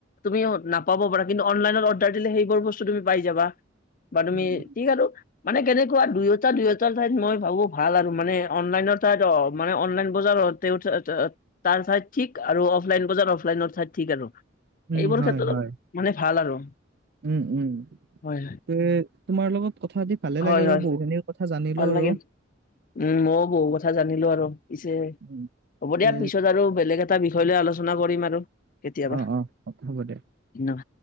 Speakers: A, on the left; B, on the right.
A: তুমি নাপাব পাৰা কিন্তু অনলাইনত অৰ্ডাৰ দিলে সেইবোৰ বস্তু তুমি পাই যাবা।। বা তুমি
B: উম উম
A: ঠিক আৰু মানে কেনেকুৱা দুয়োটা দুয়োটাৰ ঠাইত মই ভাবো ভাল আৰু মানে অনলাইনৰ তাত অ মানে অনলাইন বজাৰত, তেওঁ <unintelligible> তাৰ ঠাইত ঠিক, আৰু অফলাইন বজাৰ অফলাইন ঠাইত ঠিক আৰু।
B: উম
A: এইবোৰ
B: হয়
A: ক্ষেত্ৰত
B: হয়
A: মানে ভাল আৰু।
B: উম উম।
A: হয়
B: তে তোমাৰ লগত কথাপাতি ভালে
A: হয়
B: লাগিল
A: হয়
B: আৰু বহুখিনি কথা জানিলো
A: ভাল
B: আৰু
A: লাগিল। উম মও বহু কথা কথা জানিলো আৰু। পিছে,
B: উম
A: হ'ব দিয়া
B: তে
A: পিছত আৰু বেলেগ এটা বিষয় লৈ আলোচনা কৰিম আৰু। কেতিয়াবা
B: অ অ হ'ব দে
A: ন?